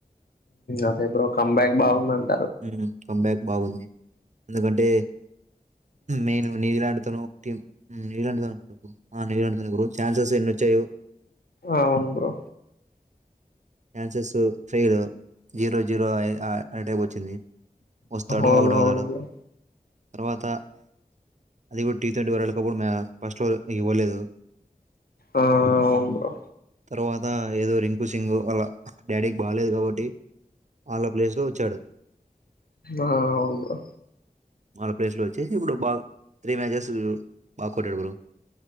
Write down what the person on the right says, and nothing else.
ఉమ్ హు కంబ్యాక్ బాగుంది ఎందుకంటే మెయిన్ న్యూజిలాండ్ తోనో టీం న్యూజిలాండ్ ఆ న్యూజిల్యాండ్ తో నే బ్రో ఛాన్సెస్ ఎన్నోచ్చాయో
chances fail zero zero అయ్ అయ్యే టైమ్ వచ్చింది వస్తాడు
అవుట్ అవుతాడు
తర్వాత అది కూడా టీ ట్వంటీ వరల్డ్ కప్ మ్య ఫస్ట్లో ఇవ్వలేదు
తర్వాత ఏదో రిం కు సింగు వాళ్ళ డాడీకి బాగాలేదు కాబట్టి వాళ్ళ ప్లేస్లో వచ్చాడు
వాళ్ళ ప్లేస్ లో వచ్చి ఇప్పుడు బాగా త్రీ మ్యాచెస్ బాగా కొట్టాడు బ్రో